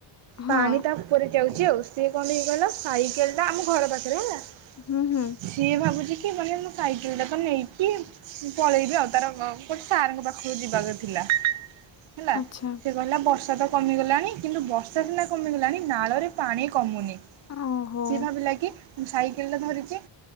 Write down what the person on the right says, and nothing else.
ପାଣି ତା ଉପରେ ଯାଉଚି ଆଉ। ସିଏ କଣଟେ ହେଇକି କହିଲ ସାଇକେଲ ଟା ଆମ ଘର ପାଖରେ ହେଲା।
ସିଏ ଭାବୁଚି କି ମାନେ ମୁଁ ସାଇକେଲଟା ତ ନେଇଚି ମୁଁ ପଳେଇବି ଆଉ ତାର ଗ-ଗୋଟେ ସାରଙ୍କ ପାଖକୁ ଯିବାର ଥିଲା ହେଲା।
ସେ କହିଲା ବର୍ଷା ତ କମିଗଲାଣି କିନ୍ତୁ ବର୍ଷା ସିନା କମିଗଲାଣି ନାଳରେ ପାଣି କମୁନି।
ସିଏ ଭାବିଲା କି ସାଇକେଲଟା ଧରିଛି